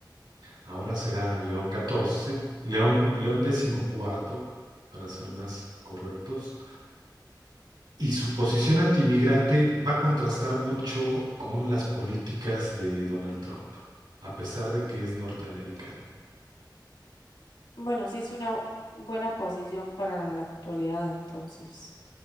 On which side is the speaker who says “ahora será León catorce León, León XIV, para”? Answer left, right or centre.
Right